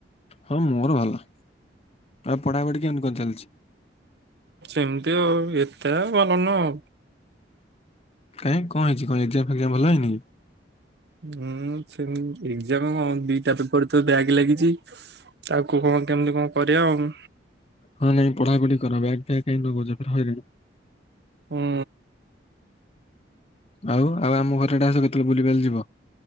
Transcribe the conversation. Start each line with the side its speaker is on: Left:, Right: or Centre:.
Left: ହଁ ମୋର ଭଲ, ଆଉ ପଢାପଢ଼ି କେମିତି କଣ ଚାଲିଛି?
Right: ସେମିତି ଆଉ ଏତେ ଭଲନୁହଁ।
Left: କାଇଁ କଣ ହେଇଛି କଣ ଏକ୍ଜାମ ଫେଜାମ୍ ଭଲ ହେଇନି କି?
Right: ହୁଁ ସେ ଏକ୍ଜାମ କଣ ଦିଟା ପେପର ତ ବ୍ୟାକ୍ ଲାଗିଛି। ତାକୁ କଣ କେମିତି କଣ କରିବା ଆଉ?
Left: ହଁ ନାଇଁ ପଢା ପଢି କର ବ୍ୟାକ୍ ଫ୍ୟାକ୍ କାଁଇ ନଗଉଛ ଫୁଣି ହଇରାଣ
Right: ହୁଁ
Left: ଆଉ ଆଉ ଆମ ଘର ଆଡେ ଆସ କେତେବେଳେ ବୁଲିବାଲି ଯିବ।